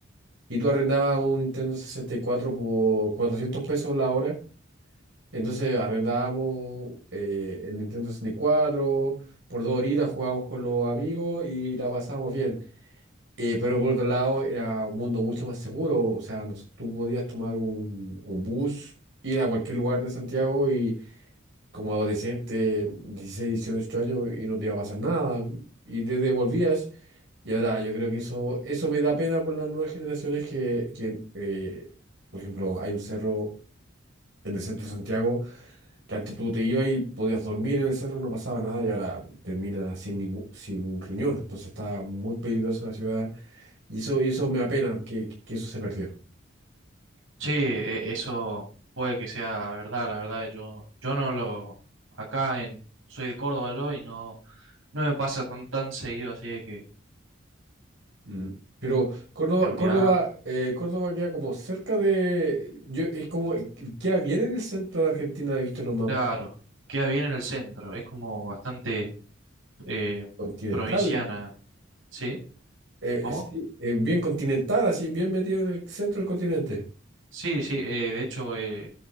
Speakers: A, on the right (about 65°); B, on the right (about 80°).
A: y tú arrendabas un Nintendo 64 por 400 pesos la hora. Entonces arrendábamos eh, el Nintendo 64, por dos horitas jugábamos con los amigos y la pasábamos bien. Eh, pero por otro lado era un mundo mucho más seguro, o sea, nos- tú podías tomar un, un bus, ir a cualquier lugar de Santiago y como adolescente, 16, 18 años, y no te iba a pasar nada. Y te devolvías. Y ahora yo creo que eso, eso me da pena por las nuevas generaciones que, que eh, por ejemplo, hay un cerro en el centro de Santiago que antes tú te ibas y podías dormir en el cerro, no pasaba nada y ahora termina sin ningún, sin un riñón. Entonces está muy peligrosa la ciudad y eso, y eso me apena que, que eso se perdió.
B: Sí, e- eso puede que sea verdad, la verdad. Yo, yo no lo, acá en, soy de Córdoba yo y no, no me pasa tan, tan seguido así de que
A: Mm. Pero Córdoba,
B: seguridad,
A: Córdoba, eh, Córdoba queda como cerca de, yo, es como, queda bien en el centro de Argentina, he visto en los mapas.
B: claro, queda bien en el centro, es como bastante eh,
A: Continental.
B: provinciana, ¿sí?
A: Eh,
B: ¿Cómo?
A: sí, eh, bien continental, así bien metido en el centro del continente.
B: Sí, sí, eh, de hecho, eh,